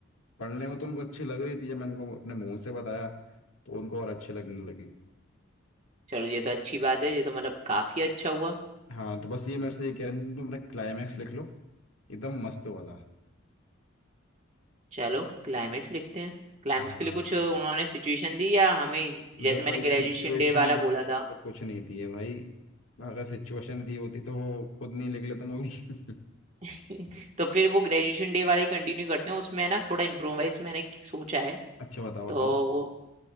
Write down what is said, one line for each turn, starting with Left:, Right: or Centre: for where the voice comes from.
Left: पढ़ने में तो उनको अच्छी लग रही थी जब मैंने उनको अपने मुंह से बताया तो उनको और अच्छी लगने लगी
Right: चलो ये तो अच्छी बात है ये तो मतलब काफी अच्छा हुआ
Left: हाँ तो बस ये मेरे से ये कह रहे थे तुम अपना क्लाइमैक्स लिख लो एकदम मस्त वाला
Right: चलो क्लाइमेक्स लिखते हैं क्लाइमेक्स
Left: हाँ
Right: के लिए कुछ उन्होंने सिचुएशन दी या हमें जैसे
Left: देखो
Right: मैंने
Left: इस
Right: ग्रेजुएशन
Left: सिचुएशन
Right: डे वाला
Left: सिचुएशन
Right: बोला था
Left: पे कुछ नहीं दिए भाई अगर सिचुएशन दी होती तो वो खुद नहीं लिख लेता मूवी <laughs>
Right: <laughs> तो फिर वो ग्रेजुएशन डे वाला ही कंटिन्यू करते हैं उसमें है ना थोड़ा इम्प्रोवाइज मैंने सोचा है
Left: अच्छा बताओ
Right: तो
Left: बताओ
Right: वो